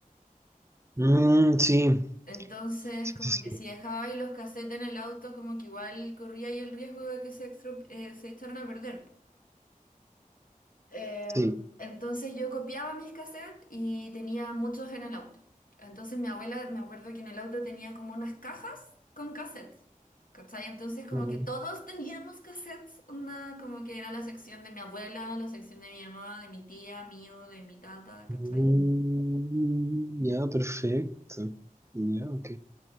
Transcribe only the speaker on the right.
Mm, sí,
sí,
sí. sí.
Sí.
Ujú.
Mm, ya, perfecto. Ya, ok.